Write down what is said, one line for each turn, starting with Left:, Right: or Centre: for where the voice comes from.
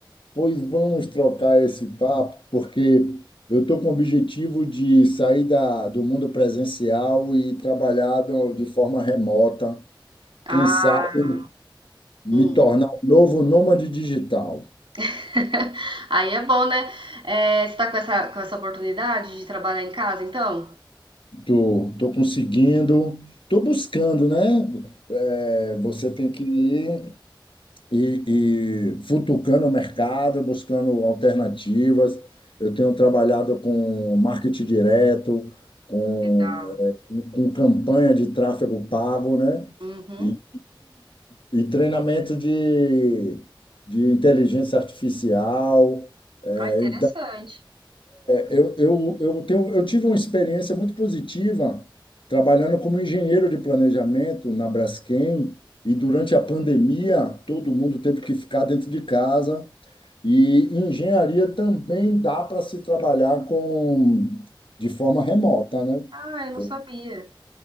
Left: Pois vamos trocar esse papo, porque eu tô com o objetivo de sair da, do mundo presencial e trabalhar do- de forma remota,
Right: Ah,
Left: quem sabe me
Right: hum.
Left: tornar um novo nômade digital.
Right: <laughs> Aí é bom, né? É, você tá com essa, com essa oportunidade de trabalhar em casa, então?
Left: Tô, tô conseguindo, tô buscando, né? É, você tem que ir e, e futucando o mercado, buscando alternativas. Eu tenho trabalhado com marketing direto, com,
Right: Legal.
Left: é, com, com campanha de tráfego pago, né?
Right: Uhum.
Left: E, e, e treinamento de, de inteligência artificial. é,
Right: Ah, interessante.
Left: eu, eu, eu tenho, eu tive uma experiência muito positiva trabalhando como engenheiro de planejamento na Braskem e durante a pandemia todo mundo teve que ficar dentro de casa e em engenharia também dá para se trabalhar com de forma remota, né?
Right: Ah, eu não
Left: Foi,
Right: sabia.